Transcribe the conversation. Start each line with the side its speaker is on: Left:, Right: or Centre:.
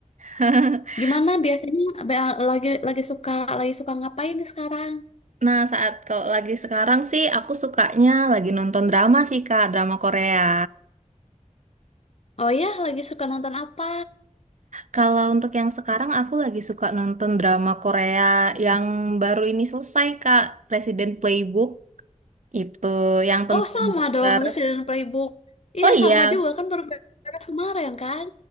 Right: <laughs>
Left: Gimana biasanya be- lagi lagi suka lagi suka ngapain nih sekarang?
Right: Nah, saat kalau lagi sekarang sih aku sukanya lagi nonton drama sih Kak, drama Korea.
Left: Oh ya, lagi suka nonton apa?
Right: Kalau untuk yang sekarang aku lagi suka nonton drama Korea yang baru ini selesai Kak, Resident Playbook itu yang tentang
Left: Oh, sama
Right: dokter.
Left: dong, Resident Playbook. Iya,
Right: Oh iya.
Left: sama juga kan baru beres kemarin kan?